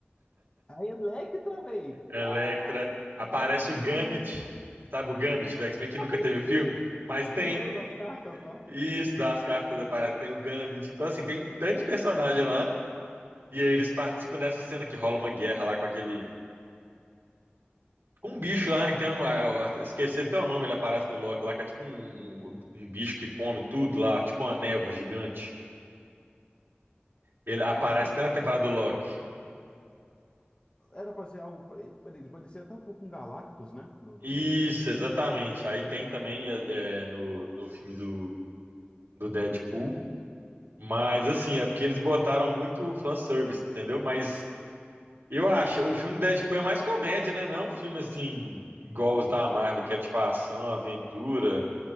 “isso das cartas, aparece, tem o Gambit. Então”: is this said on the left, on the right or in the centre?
Right